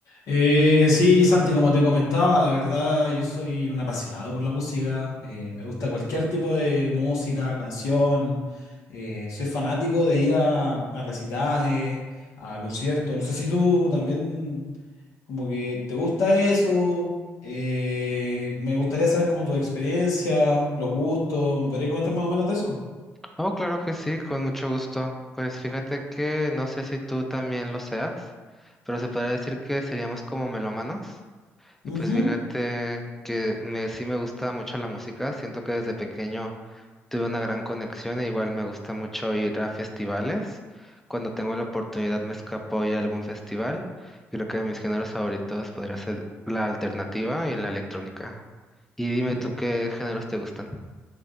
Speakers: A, on the left; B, in the centre.
A: Eh, sí, Santi, como te comentaba, la verdad yo soy un apasionado por la música, eh, me gusta cualquier tipo de música, canción, eh, soy fanático de ir a, a recitales, a conciertos, no sé si tú también como que te gusta eso, eh, me gustaría saber como tu experiencia, los gustos, ¿me podrías comentar más o menos de eso?
B: Oh, claro que sí, con mucho gusto. Pues fíjate que no sé si tú también lo seas, pero se podría decir que seríamos como melómanos.
A: Ujú.
B: Y pues fíjate que me, sí me gusta mucho la música, siento que desde pequeño tuve una gran conexión e igual me gusta mucho ir a festivales. Cuando tengo la oportunidad me escapo y a algún festival. Y Creo que mis géneros favoritos podría ser la alternativa y la electrónica. Y dime
A: Ya.
B: tú qué géneros te gustan.